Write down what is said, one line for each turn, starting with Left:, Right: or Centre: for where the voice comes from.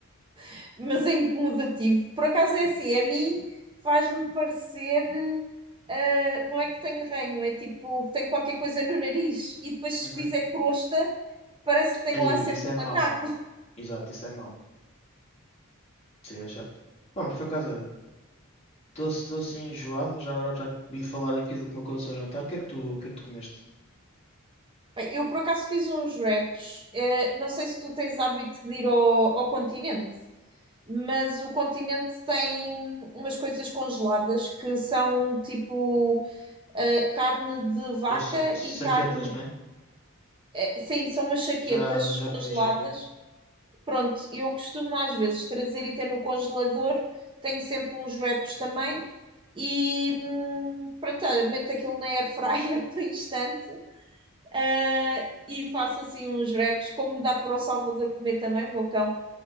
Right: <laughs> mas é incomodativo. Por acaso é assim, a mim faz-me parecer. ah, não é que tenho ranho, é tipo que tenho qualquer coisa no nariz e depois
Left: Uhum.
Right: se fizer crosta, parece que tenho
Left: Aí,
Right: lá sempre
Left: isso é
Right: um
Left: mau.
Right: macaco.
Left: Exato, isso é mau. Sim, é chato. Pá, mas por acaso, olha, estou assim enjoado, mas agora já que vim falar aqui do que me aconteceu ao jantar. O que é que tu, o que é que tu comeste?
Right: Bem, eu por acaso fiz uns wraps, eh, não sei se tu tens hábito de ir ao, ao continente, mas o continente tem umas coisas congeladas que são tipo eh, carne de vaca
Left: Eu, sa- saquetas,
Right: e carne.
Left: não é?
Right: eh, sim, são umas chaquetas
Left: Já, já
Right: congeladas.
Left: comi, já comi.
Right: Pronto, eu costumo às vezes trazer e ter no congelador. Tenho sempre uns wraps também. E hum, pronto, olha, meto aquilo na air fryer <laughs> do instante eh, e faço assim uns wraps, como dá para o Salvador comer também, o meu cão,